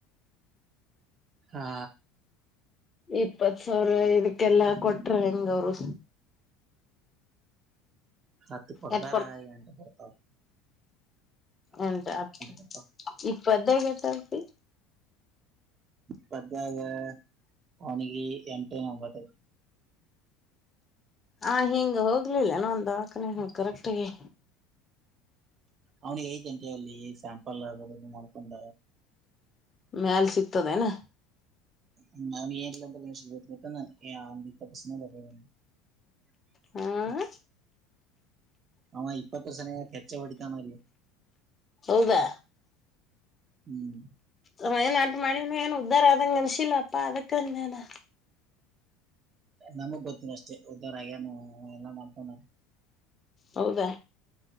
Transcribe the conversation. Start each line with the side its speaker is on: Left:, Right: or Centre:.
Right: ಹಾ
Left: ಇಪ್ಪತ್ ಸಾವಿರ ಇದಕ್ಕೆಲ್ಲಾ ಕೊಟ್ರ ಹೆಂಗ ಅವರು.
Right: ಹತ್ತು ಕೊಡ್ತಾರ
Left: ಎಟ್
Right: ಎಂಟ ಬರ್ತಾವು.
Left: ಎಂಟಾ <unintelligible>
Right: ಬರ್ತಾವ
Left: ಪದ್ಯಾಗ <unintelligible> ಆದ ಅಪಿ.
Right: ಪಾದ್ಯಾಗ ಅವನಿಗಿ ಎಂಟ್ ಏನ್ ಬರತ್ತೈ ಐತಿ.
Left: ಆವಾ ಹಿಂಗ ಹೋಗ್ಲಿಲ್ಲ ಅನೊ ಒಂದ ದವಾಕನೀಗಿ ಹಿಂಗ್ ಕರೆಕ್ಟಾಗಿ.
Right: ಅವನಿಗೆ ಐತಿಹಂಗೆ ಅಲ್ಲಿ ಸ್ಯಾಂಪಲ್ ಬರುದು ಮಾಡ್ಕೊಂಡ.
Left: ಮ್ಯಾಲ್ ಸಿಗ್ತದ ಏನಾ?
Right: <unintelligible>
Left: ಹಾಂ
Right: ಅವ ಇಪ್ಪತ್ತು ಸನೆ ಯಾಕ ಹೆಚ್ಚೆ ಹೊಡಿತಾನಲ್ಲಿ.
Left: ಹೌದಾ
Right: ಹ್ಮ್
Left: ಅವ ಏನ್ ಅಟ್ ಮಾಡಿನು ಏನು ಉದ್ದಾರ ಆದದಂಗ ಅನ್ಸಿಲ್ಲಪ್ಪಾ ಅದಕ್ಕಂದೇನ.
Right: ನಮಗ್ ಗೊತ್ತದ ಅಷ್ಟೇ ಉದರಾಗ್ಯನು ಎಲ್ಲ ಮಾಡ್ಕೊಂಡಾನೋ
Left: ಹೌದಾ